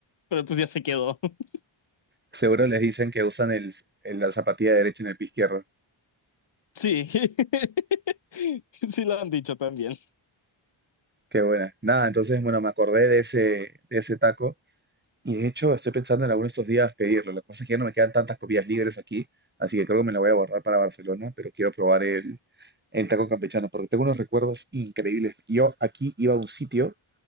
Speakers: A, on the left (about 60°); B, on the right (about 20°).
A: pero pues ya se quedó. <laughs>
B: Seguro les dicen que usan el, el- la zapatilla derecha en el pie izquierdo.
A: Sí, <laughs> sí lo han dicho también.
B: Qué buena. Nada, entonces, bueno, me acordé de ese, de ese taco Y de hecho, estoy pensando en alguno de estos días pedirlo. Lo que pasa es que ya no me quedan tantas copias libres aquí, así que creo que me la voy a guardar para Barcelona, pero quiero probar el, el taco campechano porque tengo unos recuerdos increíbles. Yo aquí iba a un sitio,